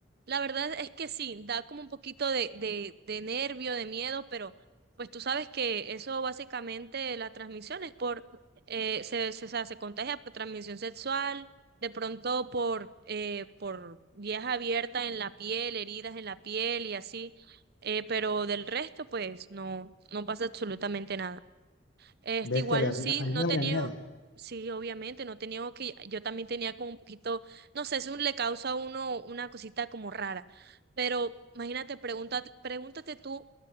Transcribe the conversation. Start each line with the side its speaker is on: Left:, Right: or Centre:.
Right: la verdad es que sí, da como un poquito de, de, de nervio, de miedo, pero pues tú sabes que eso básicamente la transmisión es por, eh, se, se, o sea, se contagia por transmisión sexual, de pronto por, eh, por vías abiertas en la piel, heridas en la piel y así, eh, pero del resto pues no, no pasa absolutamente nada. Este,
Left: Bestia,
Right: igual
Left: a mí,
Right: sí,
Left: me- a mí
Right: no
Left: me
Right: tenía,
Left: daría miedo.
Right: sí, obviamente, no tenía que, yo también tenía como un poquito, no sé, eso le causa a uno una cosita como rara, pero imagínate, pregunta pregúntate tú